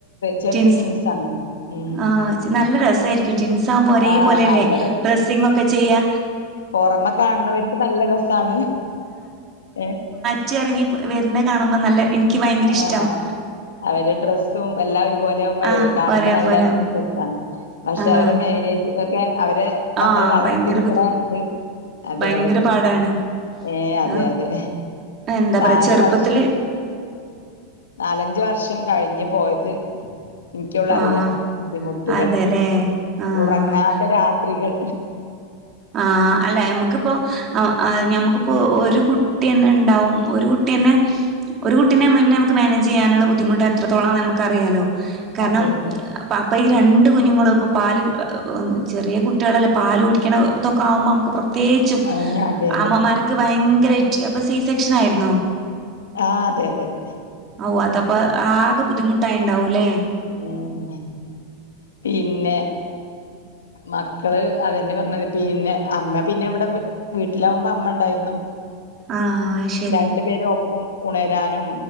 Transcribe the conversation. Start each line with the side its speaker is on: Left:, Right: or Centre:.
Left: ചെറുത്
Right: ടിൻസ്
Left: ട്വിൻസാണ് ഉം
Right: ആഹ് നല്ല രസായിരി ക്കും ടിൻസാകുമ്പ ഒരേ
Left: ആഹ്
Right: പോലെല്ലേ
Left: നല്ല
Right: ഡ്രസ്സിങ്ങൊക്കെ ചെയ്യാ
Left: പുറമെ കാണുന്നവർക്ക് നല്ല രസാണ് ഏ
Right: ച്ചി എറങ്ങി വരുന്നെ കാനുമ്പോ നല്ല എനിക്ക് ഭയങ്കര
Left: ആഹ്
Right: ഇഷ്ടാവും
Left: അവരരെ ഡ്രസ്സും എല്ലാം ഒരുപോലെ
Right: ആഹ്
Left: കാണുമ്പോ
Right: ഒരേ
Left: നല്ല
Right: പോലെ ആവുമ്പോ
Left: രസാണ്. പക്ഷെ
Right: ആഹ്
Left: അവരെ മാനേജ് ഒക്കെ അവരെ
Right: ആഹ്
Left: നമ്മള് വളർത്തിയെടുക്കണ
Right: ഭയങ്കര ബുദ്ധി
Left: ഇത് അതെ.
Right: ഭയങ്കര
Left: അതെ,
Right: പാടാണ്
Left: ഏ അതെ
Right: ആഹ്
Left: അതെ
Right: എന്താ
Left: നാല്
Right: പറയാ ചെറുപ്പത്തില്
Left: വർഷം നാലഞ്ച് വർഷം കഴിഞ്ഞ് പോയത് എനിക്കുള്ള അറിയാം
Right: ആഹ്
Left: ബുദ്ധിമുട്ടുകൾ,
Right: അതെല്ലേ ആഹ്
Left: ഉറങ്ങാത്ത രാ ത്രികൾ
Right: ആ അല്ലെ നമുക്ക് ഇപ്പോ ഞമ്മക്ക്പ്പോ ഒരു കുട്ടി തന്നെ ഉണ്ടാവും. ഒരു കുട്ടിന്നെ ഒരു കുട്ടിനെ തന്നെ നമുക്ക് മാനേജ് ചെയ്യാനുള്ള ബുദ്ധിമുട്ട് എത്രത്തോളം നമുക്ക് അറിയാലോ കാരണം.
Left: അതെ അതെ.
Right: അപ്പം ഈ രണ്ട് കുഞ്ഞുങ്ങളും ഇപ്പം പാല് കുടി. ചെറിയ കുട്ടികളല്ലെ പാല് കുടി ക്കണ ഇതൊക്കെ ആകുമ്പം നമുക്ക് പ്രത്യേകിച്ചും
Left: ഏഹ് അതെ അതെ.
Right: അമ്മമാരും. ക്ക്‌ ഭയങ്കര ആയിറ്റ്, അപ്പൊ സി സെക്ഷൻ ആയിരുന്നോ
Left: ആഹ് അതെ അതെ അതെ
Right: ഓ അതപ്പം ആകെ ബുദ്ധിമുട്ടായിട്ടുണ്ടാവും അല്ലേ
Left: ഉം പിന്നെ മക്കള് അതെന്നെ പറഞ്ഞത്, പിന്നെ അമ്മ പിന്നെ ഇവിടെ വീട്ടിലാവുമ്പോ അമ്മ ഉണ്ടായിരുന്നു
Right: ആഹ് ശരി
Left: രണ്ടു പേരും ഒപ്പം ഉണരാനും.